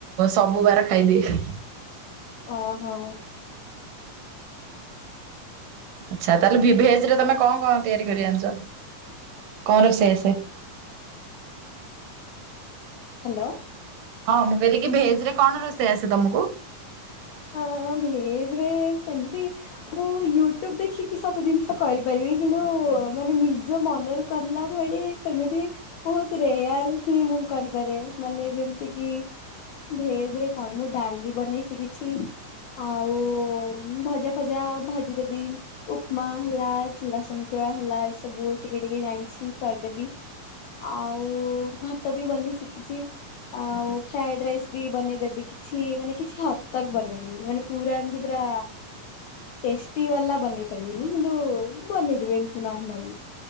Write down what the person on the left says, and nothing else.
ଓହୋଃ।
ହ୍ୟାଲୋ।
ହଁ ଭେଜରେ ସେମିତି‌ ମୁଁ ୟୁଟ୍ୟୁବ ଦେଖିକି ସବୁ ଜିନିଷ କରିପାରିବି। କିନ୍ତୁ ମାନେ ନିଜ ମନରୁ କରିଲା ଭଳି ସେମିତି ବହୁତ ରେୟାର ହିଁ ମୁଁ କରିପାରେ। ମାନେ ଯେମିତି କି ଭେଜ ରେ କଣ ମୁଁ ଡାଲି ବନେଇ ଶିକିିଛି। ଆଉ ଭଜା-ଫଜା ଭାଜିଦେବି। ଉପମା ହେଲା, ଚୁଡ଼ା ସନ୍ତୁଳା ହେଲା ଏ ସବୁ ଟିକେ ଟିକେ ଜାଣିଛି କରିଦେବି। ଆଉ ଭାତ ବି ବନେଇ ଶିଖିଛି। ଆଉ ଫ୍ରାଏଡ ରାଇସ୍ ବି ବନେଇଊଦେବି କିଛି ମାନେ କିଛି ହ ଦ୍ ତକ୍ ବନେଇ ଦେବି। ମାନେ ପୁରା ଏମିତି ପୁରା ଟେଷ୍ଟି ବାଲା ବନେଇ ପାରିବିନି କିନ୍ତୁ ବନେଇ ଦେବି ଏମିତି ନର୍ମାଲ।